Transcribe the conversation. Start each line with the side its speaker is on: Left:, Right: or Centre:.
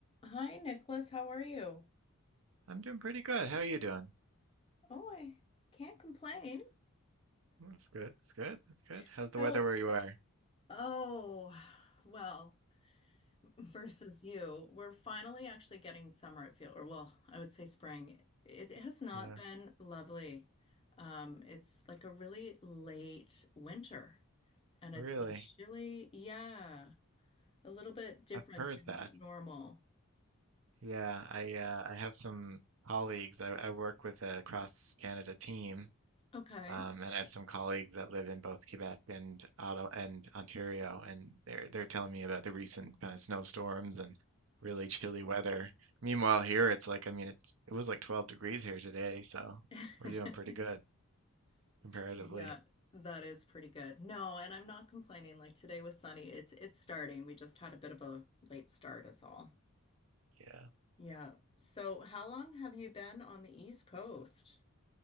Left: Hi, Nicholas. How are you?
Right: I'm doing pretty good. How are you doing?
Left: Oh, I can't complain.
Right: That's good. That's good. That's good.
Left: So,
Right: How's the weather where you are?
Left: oh, well, versus you, we're finally actually getting summer, it feel, or well, I would say spring. It, it has not
Right: Uh,
Left: been lovely. Um, it's like a really late winter and it's
Right: really?
Left: been chilly. Yeah, a little bit different
Right: I've heard
Left: than
Right: that.
Left: normal.
Right: Yeah, I uh, I have some colleagues. I, I work with a cross Canada team,
Left: Okay.
Right: um, and I have some colleagues that live in both Quebec and Ottawa and Ontario, and they're they're telling me about the recent kind of snowstorms and really chilly weather. Meanwhile, here it's like I mean it's it was like 12 degrees here today, so
Left: <laughs>
Right: we're doing pretty good comparatively.
Left: Yeah, that is pretty good. No, and I'm not complaining. Like today was sunny. It's it's starting. We just had a bit of a late start is all.
Right: Yeah.
Left: Yeah. So how long have you been on the East Coast?